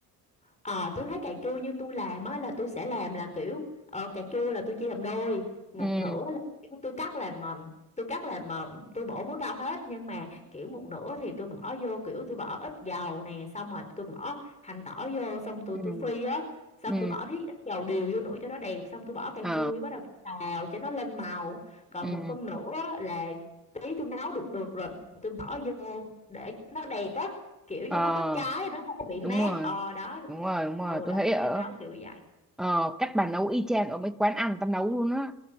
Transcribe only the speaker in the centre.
ừ
ừ
ừ
ờ
ừ
ờ
đúng rồi
đúng rồi đúng rồi
tôi thấy
ở
ờ, cách bà nấu y chang ở mấy quán ăn tao nấu luôn á